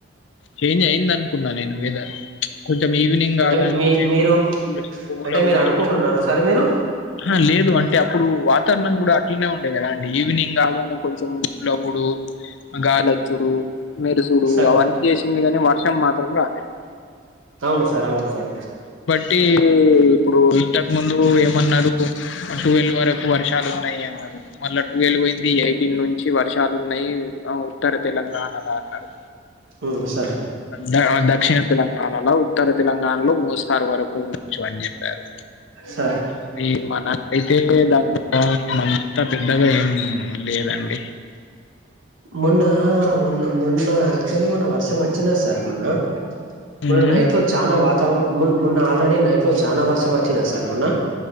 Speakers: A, on the left; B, on the right.
A: చేంజ్ అయింది అనుకున్నా నేను వెదర్ ప్చ్. కొంచెం ఈవినింగ్ కాగానే
B: అంటే మీ మీరు
A: కూల్ కూల్
B: అంటే
A: ఆవ్వుడు.
B: మీరు అనుకుంటున్నారా సార్ మీరు
A: ఆహ్ లేదు అంటే అప్పుడు వాతావరణం కూడా. ఇట్లనే ఉండే కదా అండి ఈవినింగ్ కాగానే కొంచెం కూలవుడు గాలోచ్చుడు. మెరుసుడు
B: సార్
A: అవన్నీ చేసింది కానీ వర్షం మాత్రం రాలేదు.
B: అవును సార్ అవును సార్.
A: టి ఇప్పుడు ఇంతకు ముందు ఏమన్నారు టువెల్ వరకు వర్షాలు ఉన్నాయి అని. మళ్ళ టువెలు పోయింది ఎయిటిన్ నుంచి వర్షాలు ఉన్నాయి ఉత్తర తెలంగాణలో అన్నారు.
B: ఉమ్ సార్
A: ద దక్షిణ తెలంగాణలో ఉత్తర తెలంగాణలో మోస్తారు వరకు ఉండొచ్చు అని చెప్పారు.
B: సార్
A: అది మనకైతే దాని <unintelligible> పెద్దగా ఏం లేదండి.
B: మొన్న మొన్న మొన్న యాక్చువల్లీ మొన్న వర్షం వచ్చిందా సార్ మొన్న. మొన్న
A: ఉమ్,
B: నైట్ లో చానా వాతావరణం మొన్ మొన్న ఆల్రెడీ నైట్ లో చానా వర్షం వచ్చిందా సార్ మొన్న.